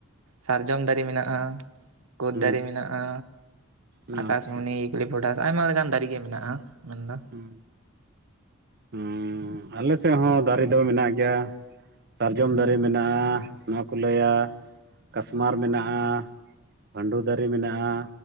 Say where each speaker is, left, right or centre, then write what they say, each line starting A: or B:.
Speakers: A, on the right; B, on the right.
A: ᱥᱟᱨᱡᱚᱢ ᱫᱟᱨᱮ ᱢᱮᱱᱟᱜᱼᱟ ᱠᱳᱫ
B: ᱦᱩᱸ
A: ᱫᱟᱨᱮ ᱢᱮᱱᱟᱜᱼᱟ
B: ᱟᱪᱪᱷᱟ
A: ᱟᱠᱟᱥᱢᱚᱱᱤ ᱠᱟᱞᱤᱯᱚᱴᱷᱟᱥ ᱟᱭᱢᱟ ᱞᱮᱠᱟᱱ ᱫᱟᱹᱨᱤ ᱜᱮ ᱢᱮᱱᱟᱜᱼᱟ। ᱢᱮᱱᱫᱚ
B: ᱦᱩᱸ ᱦᱩᱸ ᱟᱞᱮ ᱥᱮᱫ ᱦᱚᱸ ᱫᱟᱨᱮ ᱫᱚ ᱢᱮᱱᱟᱜ ᱜᱮᱭᱟ। ᱥᱟᱨᱡᱚᱢ ᱫᱟᱨᱮ ᱢᱮᱱᱟᱜᱼᱟ ᱱᱚᱣᱟᱠᱚ ᱞᱟᱹᱭᱟ ᱠᱟᱥᱢᱟᱨ ᱢᱮᱱᱟᱜᱼᱟ। ᱵᱷᱟᱱᱰᱩ ᱫᱟᱨᱮ ᱢᱮᱱᱟᱜᱼᱟ